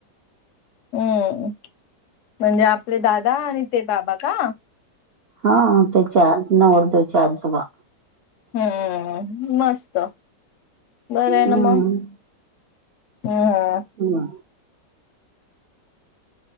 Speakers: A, on the left; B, on the right.
A: अं म्हणजे आपले दादा आणि ते बाबा का?
B: हा त्याच्या नवरदेवचे आजोबा.
A: हम्म मस्त, बरं
B: हम्म
A: आहे ना मग? अं हा.
B: होवा.